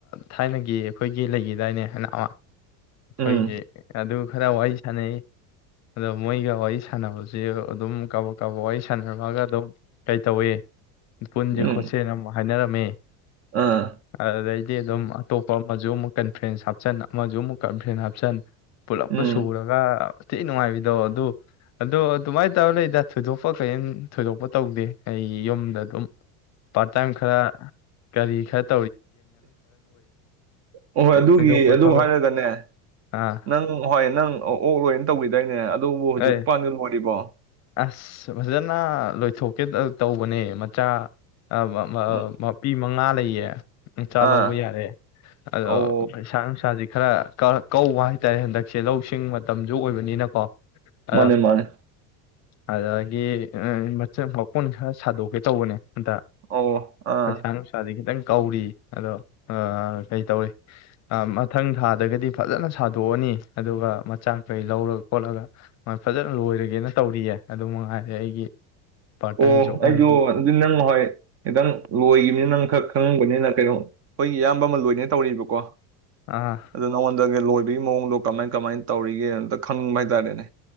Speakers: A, on the left (about 40°); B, on the right (about 35°).
A: ꯊꯥꯏꯅꯒꯤ ꯑꯩꯈꯣꯏꯒꯤ ꯂꯩꯈꯤꯗꯥꯏꯅꯦ ꯍꯥꯏꯅ ꯑꯩꯈꯣꯏꯒꯤ
B: ꯎꯝ
A: ꯑꯗꯨ ꯈꯔ ꯋꯥꯔꯤ ꯁꯥꯟꯅꯩ ꯑꯗꯣ ꯃꯣꯏꯒ ꯋꯥꯔꯤ ꯁꯥꯟꯅꯕꯁꯦ ꯑꯗꯨꯝ ꯀꯕꯛ ꯀꯕꯣꯛ ꯋꯥꯔꯤ ꯁꯥꯟꯅꯔꯛꯑꯒ ꯑꯗꯨꯝ ꯀꯩ ꯇꯧꯏꯤ ꯄꯨꯟꯁꯦ
B: ꯎꯝ
A: ꯈꯣꯠꯁꯦꯅ ꯑꯃ ꯍꯥꯏꯅꯔꯝ ꯃꯦ
B: ꯑꯥ
A: ꯑꯗꯨꯗꯩ ꯗꯤ ꯑꯗꯨꯝ ꯑꯇꯣꯞꯄ ꯑꯃꯁꯨ ꯑꯃꯨꯛ ꯀꯟꯐ꯭ꯔꯦꯟꯁ ꯍꯥꯞꯆꯟ ꯑꯃꯁꯨ ꯑꯃꯨꯛ ꯀꯟꯐ꯭ꯔꯦꯟ ꯍꯥꯞꯆꯟ ꯄꯨꯂꯞ
B: ꯎꯝ
A: ꯄꯨ ꯁꯨꯔꯒ ꯊꯤ ꯅꯨꯡꯉꯥꯏꯕꯤꯗꯣ ꯑꯗꯨ ꯑꯗꯣ ꯑꯗꯨꯃꯥꯏꯅ ꯇꯧꯔ ꯂꯩꯗ ꯊꯣꯏꯗꯣꯛꯄ ꯀꯔꯤꯝ ꯊꯣꯏꯗꯣꯛꯄ ꯇꯧꯗꯦ ꯑꯩ ꯌꯨꯝꯗ ꯑꯗꯨꯝ ꯄꯥꯔꯠ ꯇꯥꯏꯝ ꯈꯔ ꯀꯔꯤ ꯈꯠ
B: ꯍꯣꯏ ꯑꯗꯨꯒꯤ
A: ꯊꯣꯏꯗꯣꯛꯄ
B: ꯑꯗꯨ
A: ꯊꯕꯛ
B: ꯍꯥꯏꯔꯒꯅꯦ
A: ꯑꯥ
B: ꯅꯪ ꯍꯣꯏ ꯅꯪ ꯑꯣꯛꯂꯣꯏꯅ ꯇꯧꯈꯤꯗꯥꯏꯅꯦ ꯑꯗꯨꯕꯨ ꯍꯧꯖꯤꯛ
A: ꯑꯦ
B: ꯄꯥꯟꯒ ꯑꯣꯏꯔꯤꯕꯣ
A: ꯑꯁ ꯐꯖꯅ ꯂꯣꯏꯊꯣꯛꯀꯦ ꯇꯧꯕꯅꯦ ꯃꯆꯥ ꯃ
B: ꯎꯝ
A: ꯃꯄꯤ ꯃꯉꯥ ꯅꯥ ꯂꯩꯌꯦ ꯏꯆꯥ
B: ꯑꯥ
A: ꯂꯧꯕ ꯌꯥꯔꯦ ꯑꯗꯣ
B: ꯑꯣ
A: ꯄꯩꯁꯥ ꯅꯨꯡꯁꯥꯁꯤ ꯈꯔ ꯀꯧꯕ ꯍꯥꯏꯇꯥꯔꯦ ꯍꯟꯗꯛꯁꯦ ꯂꯧꯁꯤꯡ ꯃꯇꯝꯁꯨ ꯑꯣꯏꯕꯅꯤꯅꯀꯣ
B: ꯃꯥꯅꯦ
A: ꯑ
B: ꯃꯥꯅꯦ
A: ꯑꯗꯒꯤ ꯃꯆꯟ ꯃꯀꯨꯣꯟ ꯈꯔ ꯁꯥꯗꯣꯛꯀꯦ ꯇꯧꯕꯅꯦ ꯑꯇꯛ
B: ꯑꯣ ꯑꯥ
A: ꯄꯩꯁꯥ ꯅꯨꯡꯁꯥꯗꯤ ꯈꯤꯇꯪ ꯀꯧꯔꯤ ꯑꯗꯣ ꯀꯩꯇꯧꯏ ꯃꯊꯪ ꯊꯥꯗꯒꯗꯤ ꯐꯖꯟꯅ ꯁꯥꯗꯣꯛꯑꯅꯤ ꯑꯗꯨꯒ ꯃꯆꯥꯛ ꯀꯩ ꯂꯧꯔ ꯈꯣꯠꯂꯒ ꯐꯖꯅ ꯂꯣꯏꯔꯒꯦꯅ ꯇꯧꯔꯤꯌꯦ ꯑꯗꯨ ꯃꯉꯥꯏꯔꯦ ꯑꯩꯒꯤ ꯄꯥꯔꯠ
B: ꯑꯣ
A: ꯇꯥꯏꯝ ꯖꯣꯕ
B: ꯑꯩꯗꯣ
A: ꯍꯥꯏꯕꯕꯨ
B: ꯑꯗꯨ ꯅꯪ ꯍꯣꯏ ꯈꯤꯇꯪ ꯂꯣꯏꯈꯤꯕꯅꯤ ꯅꯪꯈꯛ ꯈꯪꯉꯈꯅꯤꯅ ꯀꯩꯅꯣ ꯑꯩꯈꯣꯏꯒꯤ ꯏꯌꯥꯝꯕ ꯑꯃ ꯂꯣꯏꯅꯦ ꯅ ꯇꯧꯔꯤꯕꯀꯣ
A: ꯑꯥ
B: ꯑꯗꯨꯗꯣ ꯅꯉꫭꯟꯗꯒꯤ ꯂꯣꯏ ꯑꯗꯨ ꯃꯑꯣꯡꯗꯣ ꯀꯃꯥꯏ ꯀꯃꯥꯏ ꯇꯧꯔꯤꯒꯦꯅ ꯈꯪꯅꯤꯡꯕ ꯍꯥꯏꯇꯥꯔꯦꯅꯦ